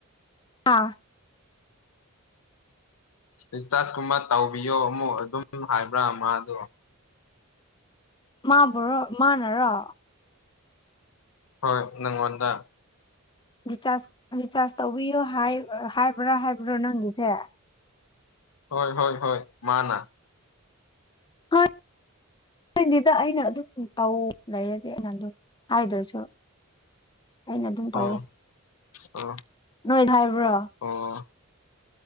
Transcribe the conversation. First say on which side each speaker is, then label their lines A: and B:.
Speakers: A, on the left; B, on the left.
A: ꯑꯥ
B: ꯗꯤꯁꯆꯥꯔꯖꯀꯨꯝꯕ ꯇꯧꯕꯤꯌꯣ ꯑꯃꯨꯛ ꯑꯗꯨꯝ ꯍꯥꯏꯕ꯭ꯔꯥ ꯃꯥ ꯑꯗꯣ
A: ꯃꯥꯕꯨꯣ ꯃꯥꯅꯔꯣ
B: ꯍꯣꯏ ꯅꯪꯉꯣꯟꯗ
A: ꯔꯤꯆꯥꯔꯖ ꯔꯤꯆꯥꯔꯖ ꯇꯧꯕꯤꯌꯣ ꯍꯥꯏꯕ꯭ꯔꯥ ꯍꯥꯏꯕ꯭ꯔꯥ ꯅꯪꯒꯤꯁꯦ
B: ꯍꯣꯏ ꯍꯣꯏ ꯍꯣꯏ ꯃꯥꯅ
A: ꯍ ꯗꯦꯗꯥ ꯑꯩꯅ ꯑꯗꯨꯝ ꯇꯧ ꯂꯩꯔꯒꯦ ꯑꯩꯅ ꯑꯗꯨꯝ ꯍꯥꯏꯗ꯭ꯔꯁꯨ ꯑꯩꯅ ꯑꯗꯨꯝ ꯇꯧꯋꯦ
B: ꯑꯣ ꯑꯣ
A: ꯅꯣꯏ ꯍꯥꯏꯕ꯭ꯔꯣ
B: ꯑꯣ